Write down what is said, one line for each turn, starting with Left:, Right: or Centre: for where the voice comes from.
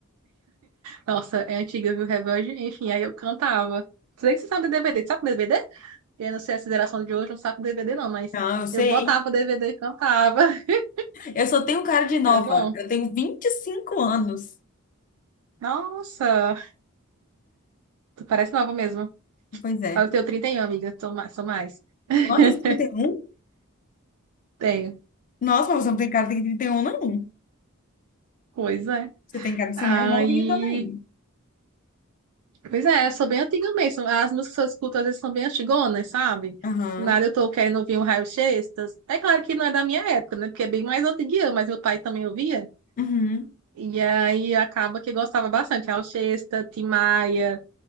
Right: Nossa, é antiga, viu? Rebelde. Enfim, aí eu cantava. Sei que você sabe de DVD. Sabe de DVD? Eu não sei a geração de hoje, não sabe o DVD, não, mas
Left: Não, eu sei.
Right: eu botava o DVD e cantava. <laughs>
Left: Eu só tenho cara de nova.
Right: Era bom.
Left: Eu tenho 25 anos.
Right: Nossa, tu parece nova mesmo.
Left: Pois é.
Right: Eu tenho trinta e um amiga. Tô mais, sou mais. <laughs>
Left: Quantos? 31?
Right: Tenho.
Left: Nossa, mas você não tem cara de 31, não.
Right: Pois é.
Left: Você tem cara de
Right: Aí.
Left: ser mais novinha também.
Right: Pois é, eu sou bem antiga mesmo. As músicas que eu escuto às vezes são bem antigonas, sabe?
Left: Aham.
Right: Do Nada eu tô querendo ouvir um Raul Seixas. É claro que não é da minha época, né? Porque é bem mais antiguinha, mas meu pai também ouvia.
Left: Uhum.
Right: E aí acaba que gostava bastante. Raul Seixas, Tim Maia.